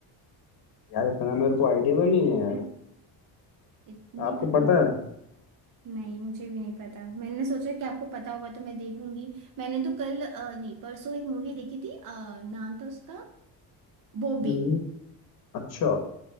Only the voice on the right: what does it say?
पता है इतनी
पता
नहीं मुझे भी नहीं पता मैंने सोचा कि आपको पता होगा तो मैं देखूंगी मैंने तो कल अ, नहीं परसों एक मूवी देखी थी अ, नाम था उसका बॉबी